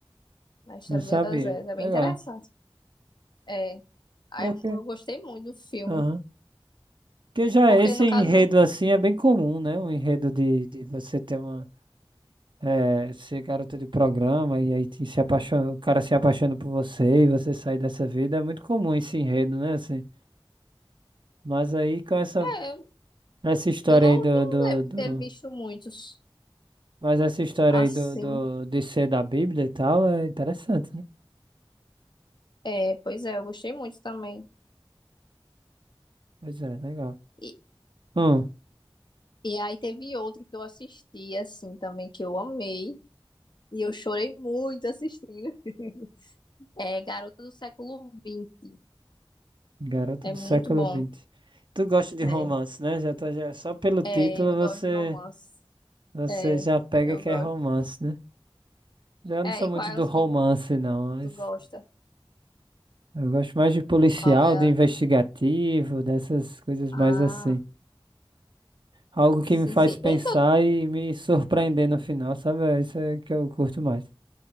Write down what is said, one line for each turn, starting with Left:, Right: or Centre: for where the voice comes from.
Left: Na história
Right: Não sabia.
Left: de Oséias. É bem
Right: Legal.
Left: interessante. É. Aí
Right: Porque.
Left: eu gostei muito do filme.
Right: Aham. Porque já
Left: Porque,
Right: esse
Left: no
Right: enredo
Left: caso, vem-
Right: assim é bem comum, né? Um enredo de, de você ter uma. é, ser garota de programa e aí te- se apaixona, o cara se apaixona por você e você sai dessa vida. É muito comum esse enredo, né? Assim. Mas aí com essa,
Left: é,
Right: essa história
Left: eu não
Right: aí do,
Left: vi- não
Right: do,
Left: lembro
Right: do-
Left: de ter visto muitos
Right: Mas essa história
Left: assim.
Right: aí do, do, de ser da Bíblia e tal é interessante, né?
Left: É, pois é, eu gostei muito também.
Right: Pois é, legal.
Left: E,
Right: Hum,
Left: e aí teve outro que eu assisti, assim, também, que eu amei. E eu chorei muito assistindo. <laughs> É Garota do Século vinte
Right: garota
Left: É
Right: do
Left: muito
Right: século
Left: bom.
Right: vinte Tu gosta de romance,
Left: É,
Right: né? Já tá, já, só pelo título
Left: é, eu
Right: você,
Left: gosto de romance.
Right: você
Left: É,
Right: já pega
Left: eu
Right: que
Left: gosto.
Right: é romance, né? Já não
Left: É,
Right: sou
Left: e
Right: muito
Left: qual é
Right: do
Left: os
Right: romance,
Left: que
Right: não, mas.
Left: tu gosta?
Right: Eu gosto mais de policial,
Left: Qual é
Right: de
Left: a...
Right: investigativo, dessas coisas
Left: Ah,
Right: mais assim. Algo que
Left: sim,
Right: me faz
Left: sim.
Right: pensar
Left: Um que
Right: e me surpreender no final, sabe? É Isso é que eu curto mais.